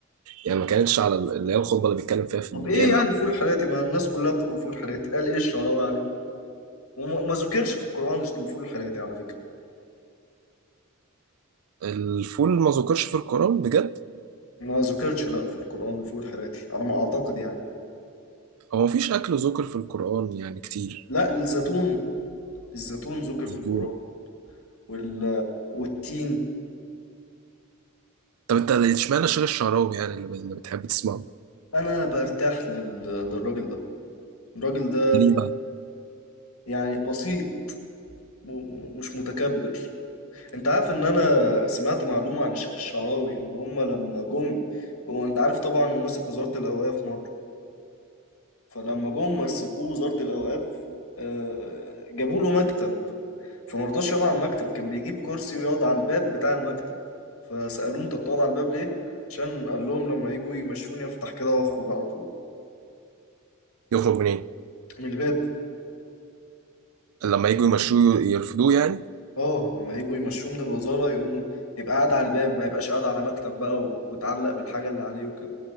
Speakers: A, on the right (about 85°); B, on the left (about 80°).
A: يعني ما كانتش على ال- اللي هي الخطبة اللي بيتكلم فيها في
B: طب
A: الجامع
B: ايه يعني الفول الحراتي ما الناس كلها بتاكل فول حراتي قال ايه الشعراوي عليه وما ما ذكرش في القرآن الفول الحراتي على فكرة
A: الفول ما ذكرش في القرآن بجد
B: ما ذكرش لا في القرآن الفول الحراتي على ما اعتقد يعني
A: هو مفيش أكل ذكر في القرآن يعني كتير
B: لا الزيتون الزيتون ذكر في
A: كتير
B: القرآن وال... والتين
A: طب انت اشمعنى شيخ الشعراوي يعني اللي اللي بتحب تسمعه
B: أنا برتاح لل... للراجل ده الراجل ده
A: ليه بقى
B: يعني بسيط م... م- مش متكبر أنت عارف إن أنا سمعت معلومة عن الشيخ الشعراوي إن هما لما جم هو أنت عارف طبعا إنه مسك وزارة الأوقاف مرة فلما جم مسكوه وزارة الأوقاف آه، جابوا له مكتب فمرضاش يقعد على المكتب كان بيجيب كرسي ويقعد على الباب بتاع المكتب فسألوه أنت بتقعد على الباب ليه؟ عشان قال لهم لما يجوا يمشوني افتح كده واخرج على طول
A: يخرج منين
B: من الباب
A: لما يجوا يمشوه يرفضوه يعني
B: اه لما يجوا يمشوه من الوزارة يقوم يبقى قاعد على الباب ما يبقاش قاعد على مكتب بقى و- وتعلق بالحاجة اللي عليه وكده